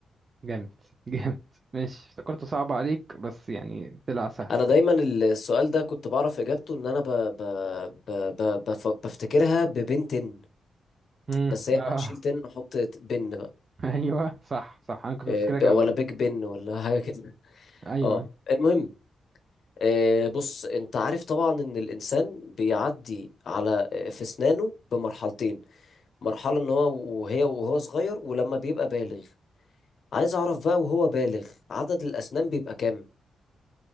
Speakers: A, on the right; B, on the left.
A: جامد جامد ماشي افتكرته صعب عليك بس يعني طلع سهل
B: أنا دايما السؤال ده كنت بعرف إجابته إن أنا ب... ب... ب... ب... بف... بفتكرها ببن تن
A: امم
B: بس هي
A: اه
B: لأ شيل تن وحط بن بقى
A: <laughs> ايوه صح صح انا كنت
B: إيه،
A: بفتكرها
B: ب...
A: كده
B: ولا
A: برضه
B: بيج بن ولا حاجة كده
A: ايوه
B: اه
A: أيوة.
B: المهم آه، بص انت عارف طبعا ان الانسان بيعدي على آه، في اسنانه بمرحلتين مرحلة ان هو وهي وهو صغير ولما بيبقى بالغ عايز اعرف بقى وهو بالغ عدد الاسنان بيبقى كام